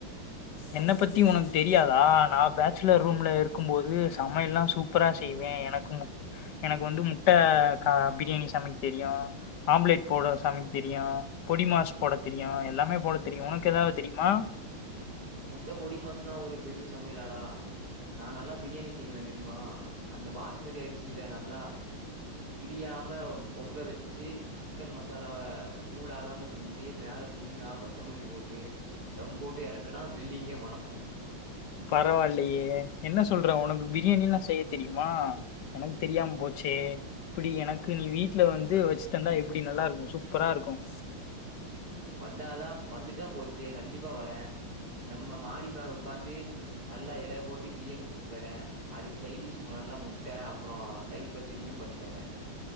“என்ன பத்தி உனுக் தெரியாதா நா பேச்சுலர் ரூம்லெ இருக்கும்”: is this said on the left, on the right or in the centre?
Left